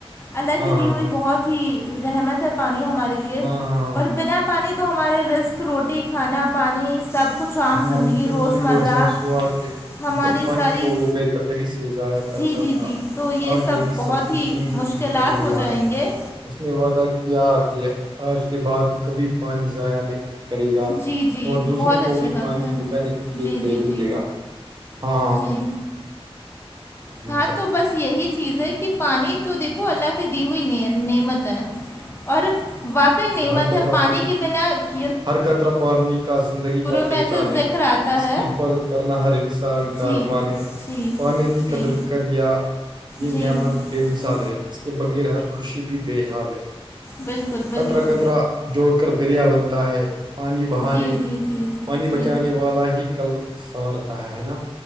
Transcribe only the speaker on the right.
ہاں
ہاں
ہاں ہاں
ہاں
اس دنلی
کو احساس ہوا کہ
ج پانی
کو وہ بے قدری سے ضائع کرتا
تھا
آج وہی
سب سے
قیمتی
چیز بن گیا
ہے
اس نے وعدہ کیا کہ آج کے بعد کبھی پانی ضائع نہیں کرے گا
اور دوسروں
کو بھی
پانی
بچانے کی
تعلیم
دے گا ہاں
سبھی
ہر قطرہ
ہر قطرہ پالانی کا زندگی کا
پہچان
ہے
اس
کی حفاظت کرنا ہر انسان ان کارمانے
پانی کی
قدر کر یا یہ
نعمت بے مثال
ہے اس کے بغیر ہر خوشی بھی بے حال ہے
کطرا کطرا جوڑ کر دریا بنتا ہے پانی بہانے
پانی بچانے
والا ہی کل سوارتا ہے نا